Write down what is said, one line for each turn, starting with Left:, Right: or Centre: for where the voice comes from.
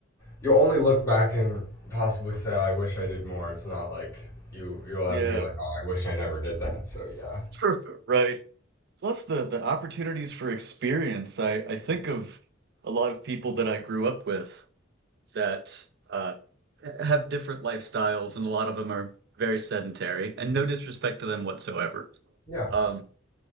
Left: you'll only look back and possibly say I wish I did more. It's not like you you'll
Right: Yeah,
Left: ever be like, "Oh, I wish I never did that." So, yeah.
Right: it's true, right. Plus the the opportunities for experience. I I think of a lot of people that I grew up with that uh, have different lifestyles, and a lot of them are very sedentary, and no disrespect to them whatsoever.
Left: Yeah,
Right: Um,